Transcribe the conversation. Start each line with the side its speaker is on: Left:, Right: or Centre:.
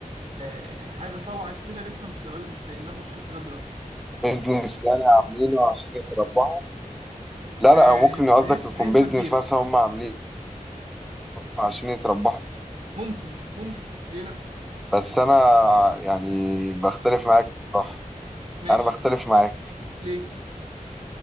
Right: آه، حاجة طلعت كده لسه مش لاقي مش لاقي لها تشخيص لغاية دلوقتي
Centre: بيزنس يعني عاملينه عشان يتربحوا لا
Right: آه،
Centre: لا أو ممكن
Right: بن-
Centre: قصدك يكون
Right: بنسبة
Centre: بيزنس
Right: كبيرة
Centre: مثلا هم عاملينه عشان يتربحوا
Right: ممكن ممكن ليه لأ
Centre: بس انا يعني بختلف معاك صح
Right: ماشي
Centre: انا بختلف معاك
Right: ليه